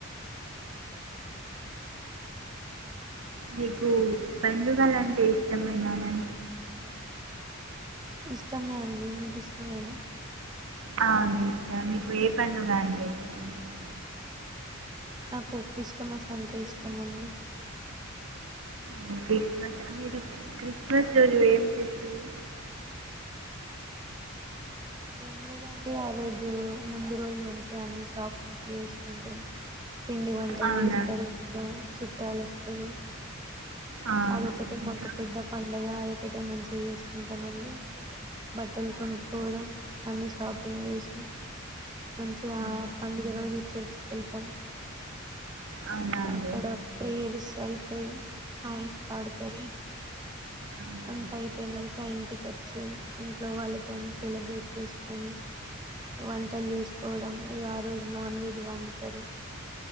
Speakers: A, on the right (about 75°); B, on the right (about 20°).
A: మీకు పండుగలు అంటే ఇష్టమా <unintelligible>
B: ఇష్టమే అండి మీక్ ఇష్టమేనా
A: అవును ఇక మీకు ఏ పండుగ అంటే ఇస్తామండి.
B: నాకు క్రిస్టామస్ అంటే ఇష్టం అండి
A: హ్మ్ క్రిస్మస్ మీరు క్రిస్మస్ రోజు ఏం చేస్తురు
B: ఏం లేదండి ఆ రోజు ముందు రోజు మంచిగా అని షాపింగ్స్ చేసుకుంటాం. పిండి వంటలు
A: అవునా
B: చేస్తారు ఇంట్లో చుట్టాల్ వస్తారు
A: ఆ,
B: అదొకటె
A: ఇంకా
B: మాకు పెద్ద పంన్ పండగా అదొఒకటే మంచిగా చేసుకుంటాం అండి బట్టలు
A: అవునా
B: కొనుక్కోవడం అన్నీ షాపింగ్ చేేసి, మంచిగా
A: ఆ,
B: పండుగ రోజు చర్చికి వెళ్తాం.
A: అవునా అండి
B: అక్కడ ప్రేర్స్ అయితే ఏం సాంగ్స్ పాడతారు.
A: అవునా
B: అంత
A: అండి
B: అయిపోయినాక ఇంటికి వచ్చి ఇంట్లో వాళ్ళతోన్నీ సెలబ్రేట్ చేసుకొని వంటలు చేసుకోవడం. ఇగా ఆ రోజు నాన్ వెజ్ వండుతారు.